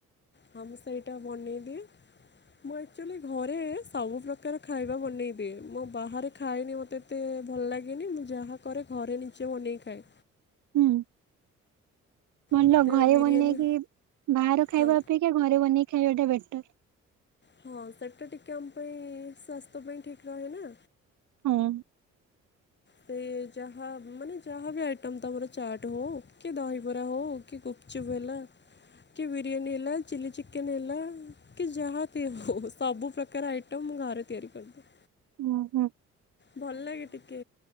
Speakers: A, on the left (about 35°); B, on the right (about 75°).
A: ହଁ ମୁଁ ସେଇଟା ବନେଇଦିଏ। ମୁଁ ଏକ୍ଚୁଲି ଘରେ ସବୁ ପ୍ରକାର ଖାଇବା ବନେଇଦିଏ। ମୁଁ ବାହାରେ ଖାଏନି ମୋତେ ଏତେ ଭଲ ଲାଗେନି, ମୁଁ ଯାହା କରେ ଘରେ ନିଜେ ବନେଇ ଖାଏ।
B: ହୁଁ ଭଲ
A: ମୋତେ
B: ଘରେ
A: ବିରିୟାନୀ
B: ବନେଇକି ବାହାର ଖାଇବା
A: ହଁ
B: ଅପେକ୍ଷା ଘରେ ବନେଇକି ଖାଇବାଟା ବେଟର।
A: ହଁ ସେଟା ଟିକେ ଆମ ପାଇଁ ସ୍ଵାସ୍ଥ୍ୟ ପାଇଁ ଠିକ ରହେ ନା?
B: ହଁ।
A: ସେ ଯାହା ମାନେ ଯାହା ବି ଆଇଟମ ତା ପରେ ଚାଟ ହଉ କି ଦହିବରା ହଉ କି ଗୁପଚୁପ୍ ହେଲା କି ବିରିୟାନୀ ହେଲା ଚିଲ୍ଲି ଚିକେନ ହେଲା କି ଯାହା ବି ହୋଊ ସବୁ ପ୍ରକାର ଆଇଟମ୍ ମୁଁ ଘରେ ତିଆରି କରିଦିଏ।
B: ଉଁ ହୁଁ।
A: ଭଲ ଲାଗେ ଟିକେ